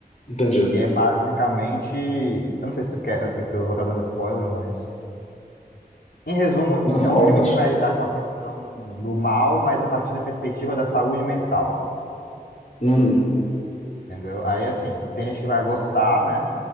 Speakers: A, on the left (about 45°); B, on the left (about 85°).
A: Entendi.
B: que é basicamente, eu não sei se tu quer, se eu vou estar dando spoiler, mas em resumo,
A: Não,
B: é um
A: à
B: filme
A: vontade.
B: que vai lidar com a questão do mal, mas a partir da perspectiva da saúde mental,
A: Uhum.
B: entendeu? Aí assim, tem gente que vai gostar, né?